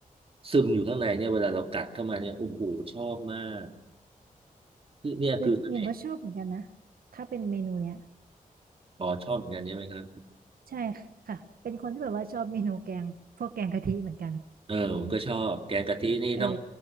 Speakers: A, on the right; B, on the right.
A: ซึมอยู่ข้างในเนี่ยเวลาเรากัดเข้ามาเนี่ยโอ้โหชอบมากคือเนี่ยคือเสน่ห์
B: แต่หญิงก็ชอบเหมือนกันนะถ้าเป็นเมนูเนี้ย
A: อ๋อชอบเหมือนกันใช่ไหมครับ
B: ใช่ค่ะ เป็นคนที่แบบว่าชอบเมนูแกงพวกแกงกะทิเหมือนกัน
A: เออผมก็ชอบแกงกะทินี่ต้อง
B: เออ